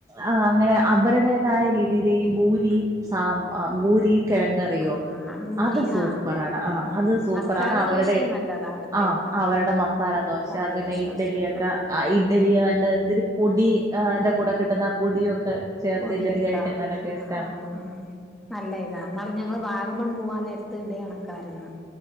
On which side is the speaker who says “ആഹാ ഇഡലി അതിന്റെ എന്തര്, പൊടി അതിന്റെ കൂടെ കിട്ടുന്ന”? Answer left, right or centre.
Right